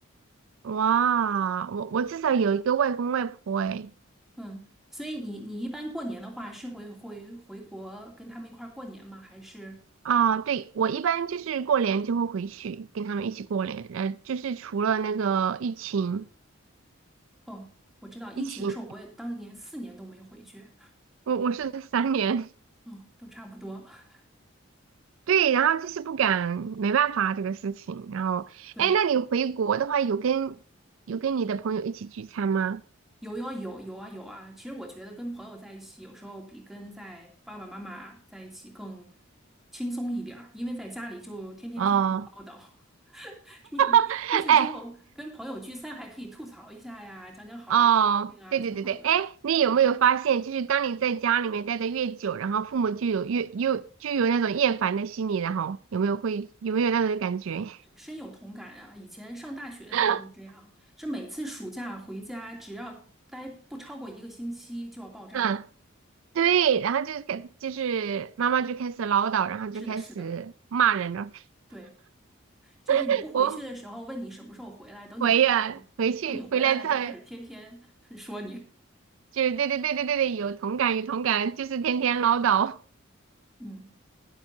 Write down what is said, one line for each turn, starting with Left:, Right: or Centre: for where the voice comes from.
Right: 哇，我我至少有一个外公外婆诶。
Centre: 嗯，所以你你一般过年的话是会回回国跟他们一块儿过年吗？还是
Right: 啊，对，我一般就是过年就会回去跟他们一起过年，呃，就是除了那个疫情，
Centre: 哦，我知道疫情的时候我也当年四年都没回去。
Right: 疫情，我我是三年。
Centre: 哦，都差不多。<laughs>
Right: 对，然后就是不敢，没办法这个事情。然后，
Centre: 对，
Right: 哎，那你回国的话，有跟有跟你的朋友一起聚餐吗？
Centre: 有有有有啊有啊。其实我觉得跟朋友在一起，有时候比跟在爸爸妈妈在一起更轻松一点儿，因为在家里就天天听他们唠叨。
Right: 哦，
Centre: <laughs> 出去出去之后，
Right: <laughs> 哎，
Centre: 跟朋友聚餐还可以吐槽一下呀，讲讲好玩儿的事情啊，
Right: 哦，对对对对，
Centre: 挺好的，
Right: 哎，你有没有发现，就是当你在家里面待的越久，然后父母就有越又就有那种厌烦的心理，然后有没有会有没有那种感觉？
Centre: 深深有同感啊。以前上大学的时候就是这样，
Right: <laughs>
Centre: 是每次暑假回家，只要待不超过一个星期就要爆炸了
Right: 嗯，对，然后就是感就是妈妈就开始唠叨，然后就开始骂人了。
Centre: 是的，是的，对。就是你不回去的时候问你什么时候回来，
Right: <laughs> 我
Centre: 等你回，
Right: 回呀、回去回来之后。
Centre: 等你回来了就开始天天 <laughs> 说你。
Right: 就是对对对对对对，有同感有同感，就是天天唠叨，
Centre: 嗯，